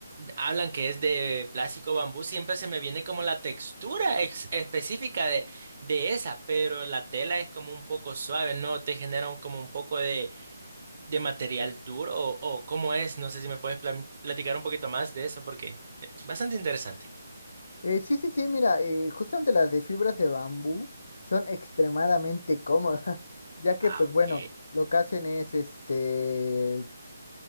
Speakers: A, on the right; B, on the left.
A: hablan que es de plástico o bambú, siempre se me viene como la textura ex- específica de, de esa, pero la tela es como un poco suave, ¿no? Te genera un- como un poco de, de material duro o, o cómo es, no sé si me puedes plan- platicar un poquito más de eso porque es bastante interesante.
B: Eh, sí, sí, sí, mira, eh, justamente las de fibras de bambú son extremadamente cómodas, <laughs> ya que,
A: Ah,
B: pues
A: ok.
B: bueno, lo que hacen es, este,